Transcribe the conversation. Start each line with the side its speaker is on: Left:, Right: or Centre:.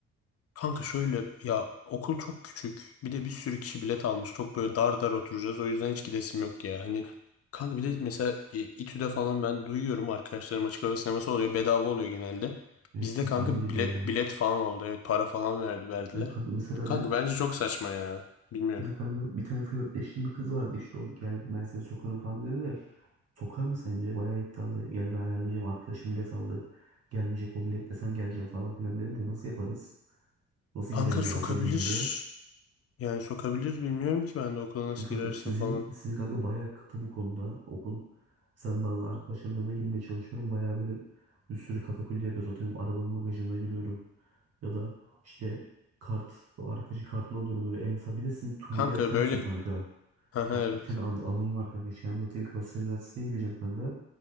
Left: Kanka şöyle ya okul çok küçük. Bir de bir sürü kişi bilet almış. Çok böyle dar dar oturacağız. O yüzden hiç gidesim yok ya. Hani kanka bir de mesela e, İTÜ'de falan ben duyuyorum arkadaşlarım açık hava sineması oluyor. Bedava oluyor genelde.
Right: Evet
Left: Bizde
Right: sizin
Left: kanka
Right: paralı bir
Left: bilet
Right: de ya.
Left: bilet falan oldu. Evet para falan verdi verdiler.
Right: Ya kanka mesela
Left: Kanka
Right: ben
Left: bence çok saçma ya. Bilmiyorum.
Right: ya kanka bir tane flörtleştiğim bir kız vardı işte o geldi ben seni sokarım falan dedi de. Sokar mı sence? Bayağı iddialı. Gel ben ayarlayacağım arkadaşım bilet aldı. Gelmeyecek o biletle sen geleceksin falan filan dedi de nasıl yaparız? Nasıl
Left: Kanka
Right: girelim
Left: sokabilir.
Right: yani okula gizlice?
Left: Yani sokabilir bilmiyorum ki ben de okula
Right: Çünkü
Left: nasıl
Right: kanka
Left: girersin
Right: sizin
Left: falan.
Right: sizin kanka bayağı katı bu konuda. Okul sen bazen arkadaşlarımın yanına girmeye çalışıyorum. Bayağı böyle bir sürü katakulli yapıyoruz. Atıyorum arabanın bagajına giriyorum. Ya da işte kart, o arkadaşı kartını alıyorum böyle en sağ. Bir de sizin turnikeler
Left: Kanka
Right: ters
Left: böyle...
Right: ya kanka.
Left: Aha
Right: Bak
Left: evet.
Right: bir tane an anım var kanka. Şey anlatayım. Galatasaray Üniversitesi'ne gireceğim kanka.